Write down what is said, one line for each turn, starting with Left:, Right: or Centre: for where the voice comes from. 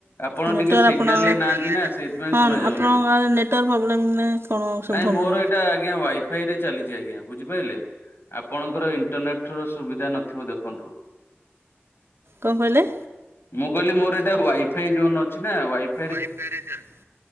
Left: ଆପଣ
Right: ନେଟୱାର୍କ
Left: ଟିକେ ସିଗ୍ନାଲ
Right: ଆପଣଙ୍କ
Left: ରେ ନାହାନ୍ତି ନା ସେଇଥିପାଇଁ
Right: ହଁ
Left: ଶୁଣା ଯାଉନି।
Right: ଆପଣଙ୍କ ଆଡ଼େ ନେଟୱାର୍କ ପ୍ରୋବ୍ଲେମ୍ ନା କଣ ଶୁଭୁନି
Left: ନାଇଁ ମୋର ଏଇଟା ଆଜ୍ଞା ୱାଇଫାଇ ରେ ଚାଲିଛି ଆଜ୍ଞା ବୁଝିପାରିଲେ। ଆପଣଙ୍କର ଇଣ୍ଟରନେଟ ର ସୁବିଧା ନଥିବ ଦେଖନ୍ତୁ।
Right: କଣ କହିଲେ?
Left: ମୁଁ କହିଲି ମୋର ଏଇଟା ୱାଇଫାଇ ଜୋନ ଅଛି ନା ୱାଇ
Right: ୱାଇଫାଇ ରିଚାର୍ଜ